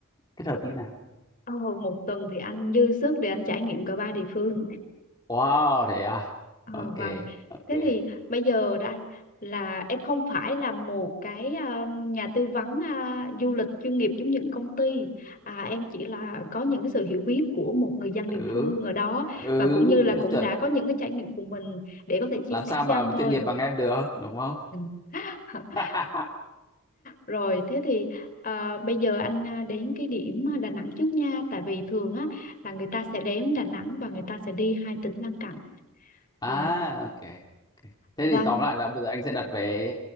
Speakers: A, on the left; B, on the left.
A: kết hợp như nào?
B: Ờ, một tuần thì anh dư sức để anh trải nghiệm cả ba địa phương.
A: Wow, thế à?
B: Ờ,
A: Ok,
B: vâng.
A: ok.
B: Thế thì bây giờ đây là em không phải là một cái ờ, nhà tư vấn ờ, du lịch chuyên nghiệp giống những công ty. À, em chỉ là có những cái sự hiểu biết của một người dân
A: Ừ.
B: địa phương ở đó
A: Ừ,
B: và cũng như là cũng
A: chuẩn
B: đã có những cái trải nghiệm của mình để có thể chia
A: làm
B: sẻ
A: sao mà
B: cho anh thôi.
A: chuyên nghiệp bằng em được đúng không
B: Ừ. <laughs>
A: <laughs>
B: Rồi thế thì ờ, bây giờ anh ờ, đến cái điểm ờ, Đà Nẵng trước nha tại vì thường á là người ta sẽ đến Đà Nẵng và người ta sẽ đi hai tỉnh lân cận.
A: à
B: À,
A: ok ok. thế
B: vâng.
A: thì tóm lại là bây giờ anh sẽ đặt vé